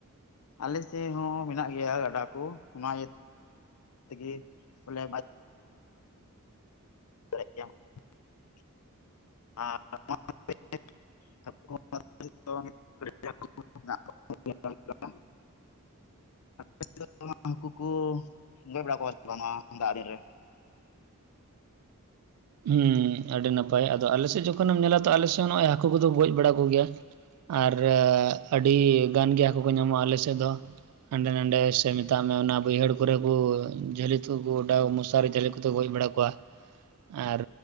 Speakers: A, on the left; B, on the right.
A: ᱟᱞᱮ ᱥᱮᱜ ᱦᱚᱸ ᱢᱮᱱᱟᱜ ᱜᱮᱭᱟ ᱜᱟᱰᱟ ᱠᱚ ᱚᱱᱟ ᱤᱭᱟᱹ ᱛᱮᱜᱮ ᱵᱚᱞᱮ <unintelligible> <unintelligible> <unintelligible> <unintelligible>
B: ᱦᱩᱸ ᱟᱹᱰᱤ ᱱᱟᱯᱟᱭ ᱟᱫᱚ ᱟᱞᱮ ᱥᱮᱫ ᱡᱚᱠᱷᱚᱱᱮᱢ ᱧᱮᱞᱟ ᱛᱚ ᱟᱞᱮ ᱥᱮᱫ ᱱᱚᱜ ᱚᱭ ᱦᱟᱹᱠᱩ ᱠᱚᱫᱚ ᱜᱚᱡ ᱵᱟᱲᱟ ᱠᱚᱜᱮᱭᱟ᱾ ᱟᱨ ᱟᱹᱰᱤ ᱜᱟᱱ ᱜᱮ ᱦᱟᱹᱠᱩ ᱠᱚ ᱧᱟᱢᱚᱜᱼᱟ ᱟᱞᱮ ᱥᱮᱫ ᱫᱚ᱾ ᱦᱟᱸᱰᱮ ᱱᱟᱰᱮ ᱥᱮ ᱢᱮᱛᱟᱜ ᱢᱮ ᱚᱱᱟ ᱵᱟᱹᱭᱦᱟᱹᱲ ᱠᱚᱨᱮ ᱠᱚ ᱡᱷᱟᱞᱤ ᱛᱚ ᱜᱚᱰᱟ ᱢᱚᱥᱟᱨᱤ ᱡᱟᱞᱮ ᱠᱚ ᱜᱚᱡ ᱵᱟᱲᱟ ᱠᱚᱣᱟ ᱟᱨ